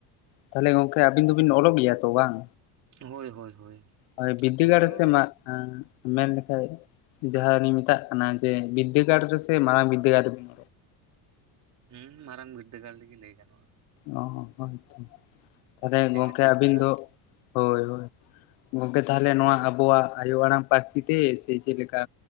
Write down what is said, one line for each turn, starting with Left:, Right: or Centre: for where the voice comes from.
Left: ᱛᱟᱦᱚᱞᱮ ᱜᱚᱢᱠᱮ ᱟᱹᱵᱤᱱ ᱫᱚᱵᱤᱱ ᱚᱞᱚᱜ ᱜᱮᱭᱟ ᱛᱚ ᱵᱟᱝ?
Right: ᱦᱳᱭ ᱦᱳᱭ ᱦᱳᱭ᱾
Left: ᱦᱳᱭ ᱵᱤᱫᱽᱫᱟᱹᱜᱟᱲ
Right: ᱮᱠᱷᱚᱱ ᱫᱚ
Left: ᱨᱮ ᱥᱮ
Right: ᱟᱹᱞᱤᱧ
Left: ᱢᱟᱜ ᱮᱸᱜ ᱢᱮᱱ
Right: ᱦᱩᱸ
Left: ᱞᱮᱠᱷᱟᱡ ᱡᱟᱦᱟᱸ ᱞᱤᱧ ᱢᱮᱛᱟᱜ ᱠᱟᱱᱟ ᱡᱮ ᱵᱤᱫᱽᱫᱟᱹᱜᱟᱲ ᱨᱮᱥᱮ ᱢᱟᱨᱟᱝ ᱵᱤᱫᱽᱫᱟᱹᱜᱟᱲ ᱨᱮᱵᱤᱲ
Right: ᱦᱩᱸ ᱢᱟᱨᱟᱝ ᱵᱤᱨᱫᱟᱹᱜᱟᱲ ᱞᱟᱹᱜᱤ ᱞᱟᱹᱭ ᱜᱟᱱᱚᱜᱼᱟ᱾
Left: ᱚ ᱦᱳᱭ ᱛᱚ, ᱛᱟᱦᱞᱮ
Right: ᱡᱮᱜᱮᱛ
Left: ᱜᱚᱢᱠᱮ
Right: ᱵᱤᱨᱫᱟᱹᱜᱟᱲ
Left: ᱟᱹᱵᱤᱱ ᱫᱚ ᱦᱳᱭ ᱦᱳᱭ ᱜᱚᱝᱠᱮ ᱛᱟᱦᱚᱞᱮ ᱱᱚᱣᱟ ᱟᱵᱚᱣᱟᱜ ᱟᱭᱳ ᱟᱲᱟᱝ ᱯᱟᱨᱥᱤ ᱛᱮ ᱥᱮ ᱪᱮᱫ ᱞᱮᱠᱟ?